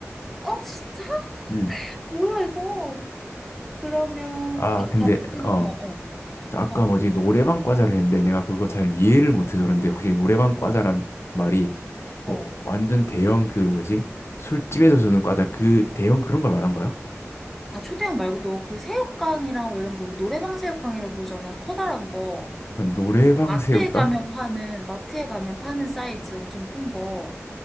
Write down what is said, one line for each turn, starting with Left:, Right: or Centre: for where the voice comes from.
Centre: 어, 진짜? <laughs>
Left: 음.
Centre: 뭐야, 이거? 그러면
Left: 아,
Centre: 이 과자는,
Left: 근데, 어.
Centre: 어어.
Left: 아까
Centre: 어, 뭐,
Left: 뭐지, 노래방 과자를 했는데 내가 그거 잘 이해를 못해서 그런데 혹시 노래방 과자란 말이
Centre: 어.
Left: 뭐 완전 대형 그 뭐지? 술집에서 주는 과자 그 대형 그런 걸 말한 거야?
Centre: 아, 초대형 말고도 그 새우깡이랑 뭐 이런 거 우리 노래방 새우깡이라고 부르잖아. 커다란 거.
Left: 노래방
Centre: 그 마트에
Left: 새우깡?
Centre: 가면 파는, 마트에 가면 파는 사이즈 엄청 큰 거.